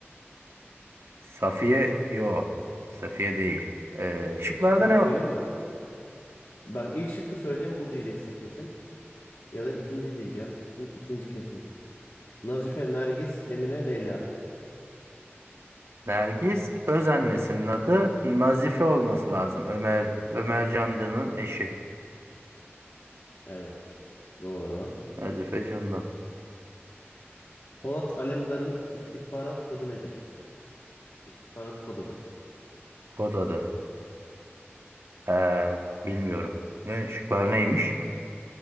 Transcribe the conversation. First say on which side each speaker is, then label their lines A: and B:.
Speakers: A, on the right (about 70°); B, on the left (about 80°).
A: Safiye. Yo. Safiye değil. Eee, şıklarda
B: Şıkları
A: ne
B: söyleyeyim
A: var?
B: mi? Bak ilk şıkkı söyleyeceğim bu diyeceksin kesin. Ya da ikinci diyeceğim. İkinci, ikinci kesin. Nazife, Nergis, Emine, Leyla.
A: Nergis Özannesinin adı Nazife olması lazım. Ömer Ömer Candan'ın eşi.
B: Evet. Doğru.
A: Nazife Candan.
B: Polat Alemdar'ın istihbarat kodu nedir? İstihbarat kod adı.
A: Kod adı. Eee, bilmiyorum. Ne, şıklar neymiş?